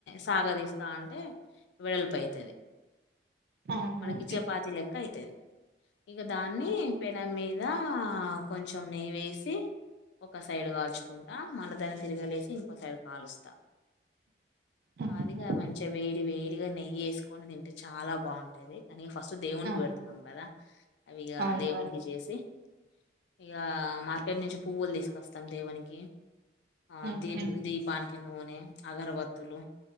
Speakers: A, on the left; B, on the right.
A: సాగదీస్తా ఉంటే వెడల్పు అవుతాయి
B: అవునండి
A: మనకి చపాతి లెక్క అయితది ఇగా దాన్ని పెనం మీదా కొంచెం నెయ్యి వేసి ఒక సైడ్ కాల్చుకుం టి మళ్ళ దాన్ని తిరిగలేసి ఇంకోసైడ్ కాలుస్తా
B: అవును
A: అదిగా మంచిగా వేడి వేడి కొద్దిగా నెయ్యి ఏసుకొని తింటే అంటే చాలా బాగుంటాది కానీ ఫస్ట్ దేవునికి
B: అవును
A: పెడతాంను కదా అవి గా
B: అవునవును
A: దేవునికి చేసి ఇగా మార్కెట్ నుంచి పువ్వులు తీసుకొస్తాం దేవునికి ఆ
B: ఓకే
A: దీ దీపానికి నూనె అగరబత్తులు